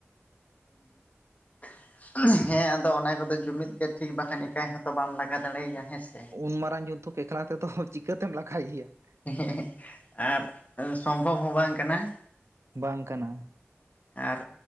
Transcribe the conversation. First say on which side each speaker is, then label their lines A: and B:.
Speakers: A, on the left (about 35°); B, on the right (about 75°).
A: <unintelligible> ᱦᱮᱸ ᱟᱫᱚ ᱚᱱᱟ ᱠᱚᱫᱚ ᱡᱩᱢᱤᱫ ᱜᱮ ᱴᱷᱤᱠ ᱵᱟᱠᱷᱟᱱ ᱮᱠᱟᱭ ᱦᱚᱸᱛᱚ ᱵᱟᱢ ᱞᱟᱜᱟ ᱫᱟᱲᱮᱭᱟᱭᱟ ᱦᱮᱸ ᱥᱮ ᱾
B: ᱩᱱ ᱢᱟᱨᱟᱝ ᱡᱚᱱᱛᱩ ᱮᱠᱞᱟ ᱛᱮᱫᱚ ᱪᱤᱠᱟᱹᱛᱮᱢ ᱞᱟᱜᱟᱭ ᱮᱭᱟ ᱾
A: ᱮᱦᱮᱸ ᱮᱦᱮᱸ ᱟᱨ ᱥᱚᱢᱵᱷᱚᱵ ᱦᱚᱸ ᱵᱟᱝ ᱠᱟᱱᱟ ᱾
B: ᱵᱟᱝ ᱠᱟᱱᱟ ᱾
A: ᱟᱨ